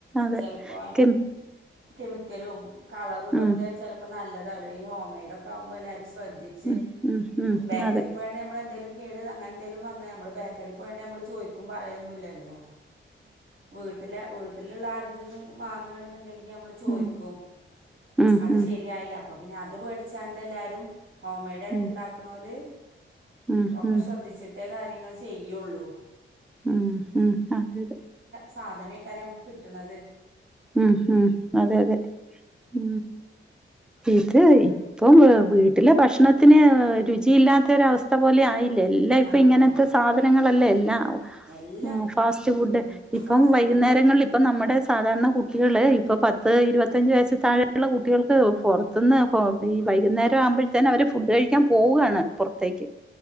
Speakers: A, in the centre; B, on the right.
A: അതെ
B: ചെലപ്പോ
A: കെ
B: കെമിക്കലും കളറും ഇതൊക്കെ
A: ഉം
B: ചെപ്പോ നല്ലതാവല്ലോ ഈ ഹോം മെയ്ഡ ഒക്കെ ആകുമ്പോ എല്ലാരും ശ്രദ്ധിച്ച്
A: ഉം ഉം ഉം
B: ബേക്കറി
A: അതെ
B: പോണങ്കിൽ നമ്മളെന്തെങ്കിലും കേടട് അങ്ങനെന്തങ്കിലുംന്നാ നമ്മള് ബേക്കറിപോയണ്ട് നമ്മള് ചോദ പറയൊന്നില്ലല്ലോ വീട്ടില വീട്ടിലുള്ള ആ വാങ്ങുണ്ടെങ്കി നമ്മള് ചോയ്ിക്കും
A: ഉം ഉം
B: അത്
A: ഉം
B: ശരിയായില്ല അപ്പൊ പിന്നെ അത് പേടിച്ചാണ്ട് എല്ലാരും ഹോം മെയഡ് ആയിട്ട്
A: ഉം
B: ഉണ്ടാക്കണവല്
A: ഉം
B: ഒക്കെ
A: ഉം
B: ശ്രദ്ധിച്ചിട്ടേ കാര്യങ്ങൾ ചെയ്യുള്ളൂ
A: ഉം ഉ അതെതെ
B: സാധനം ഇക്കാര്യം നമുക്ക് കിട്ടണത്.
A: ഉം ഉം അതെ അതെ ഉ ഇത് ഇപ്പം വീട്ടിലെ ഭക്ഷണത്തിന് രുചിയില്ലാത്ത ഒര അവസ്ഥ പോലെയി ല്ല എല്ലാ
B: ആഹ്
A: ഇപ്പ ഇങ്ങനത്തെ സാധനങ്ങളല്ല എല്ലാ ഉ
B: എല്ലാം
A: ഫാസ്റ്റ്
B: ഉം
A: ഫുഡ് ഇപ്പം
B: ഫാസ്റ്റ്
A: വൈകുന്നേരങ്ങളിൽ
B: ഫുഡ്
A: ഇപ്പ നമ്മുടെ സാധാരണ കു കുട്ടിക ഇപ്പ പത്ത് ഇരുപത്തഞ്ച് വയസ് താഴെയുള്ള കുട്ടികൾക്ക് പുറത്തുന്ന് ഈ വൈകുന്നേരം ആവുമ്പ ത്ത അവര് ഫുഡ് കഴിക്കാൻ പോവയാണ് പുറത്തേക്ക്